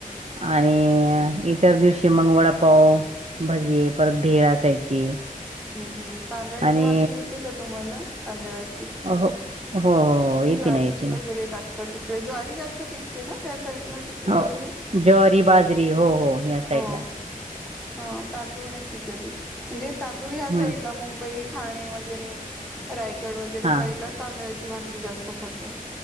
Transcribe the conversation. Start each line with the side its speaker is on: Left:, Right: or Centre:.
Right: आणि इतर दिवशी मंग वडा पाव भजीे परत भेळ असायची
Centre: हम् हम् तांदळाची
Right: आणि
Centre: भाकरी येते का तुम्हाला तांदळाची
Right: अ हो हो
Centre: की
Right: येते
Centre: ज्वारीची
Right: ना येते ना
Centre: वगैरे टाकतात तिकडे ज्वारी जास्त पिकते ना त्या साईडला तिकडे
Right: हो
Centre: वगैरे
Right: ज्वारी बाजरी हो हो या साईडला
Centre: हो ह तांदूळ नाही पिक ते म्हणजे तांदूळ ह्या
Right: हम्म
Centre: साईडला मुंबई ठाणे वगैरे रायगड वगैरे
Right: हा
Centre: साईड ला तांदळाची भाकरी जास्त खातात